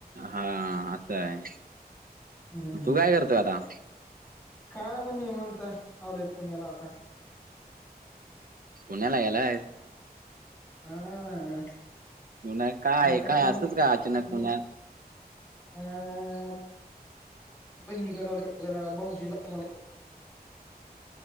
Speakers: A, on the right; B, in the centre.
A: हा असं आहे
B: हम्म हम्
A: तू काय करतोय आता
B: कायला पण नि म्हणतय आलोय पुण्याला आता
A: पुण्याला यालाय
B: हा
A: पुन काय
B: आता का
A: काय
B: तर नऊ
A: असच का अचानक
B: नो
A: पुण्यात
B: अ बहिणी कडवली जरा भाहजी ला